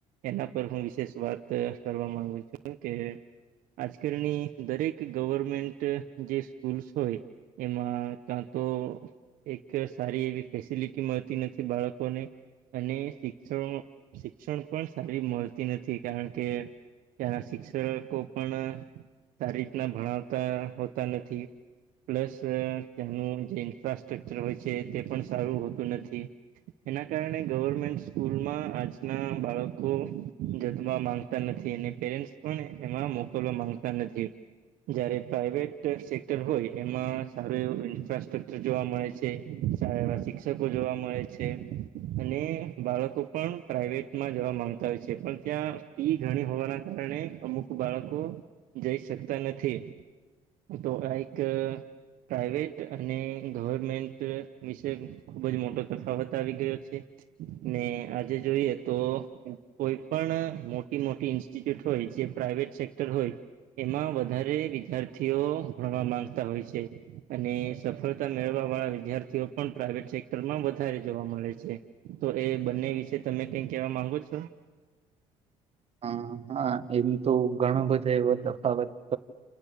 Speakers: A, on the right; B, on the right.
A: એના પર હું વિશેષ વાત કરવા મામાંગુ છું કે આજકાલની દરેક ગવર્મેન્ટ જે સ્કૂલ્સ હોય એમાં કાં તો એક સારી એવી ફેસિલિટી મળતી નથી બાળક ને અને શિક્ષણ શિક્ષણ પણ સારી મળતી નથી કારણ કે ત્યાંના શિક્ષકો પણ સારી રીતના ભણાવતા હોતા નથી. પ્લસ તેનું જે ઇન્ફ્રાસ્ટ્રક્ચર હોય છે તે પણ સારું હોતું નથી. એના કારણે ગવર્મેન્ટ સ્કૂલમાં આજના બાળકો જતવા માંગતા નથી પેરે પણ એમાં મોકલવા માંગતા નથી. જયારે પ્રાઈવેટ સેક્ટર હોય એમાં સારું એવું ઇન્ફ્રાસ્ટ્રકચર જોવા મળે છે. સારા એવા શિક્ષકો જોવા મળે છે. અને બાળકો પણ પ્રઇવેટમાં જવા માંગતા હોય છે પણ ત્યાં ફી ઘણી હોવાના કારણે અમુક બાળકો જઈ શકતા નથી તો આ એક પ્રાઇવેટ અને ગવર્મેન્ટ વિશે ખૂબ જ મોટો તફાવત આવી ગયો છે. ને આજે જોઈએ તો કોઈ પણ મોટી મોટી ઇ ઇ્યુટ હોય જે પ્રાઇવેટ સેક્ટર હોય એમાં વધારે વિદ્યાર્થીઓ ભણવા માંગતા હોય છે. અને સફળતા મેળવા વાળા વિદ્યાર્થીઓ પણ પ્રાઈવેટ સેક્ટર માં વધારે જોવા મળે છે તો એ બંને વિશે તમે કઈ કેવા માંગો છો?
B: હ હા એમ તો ઘણો બધો એો તફાવત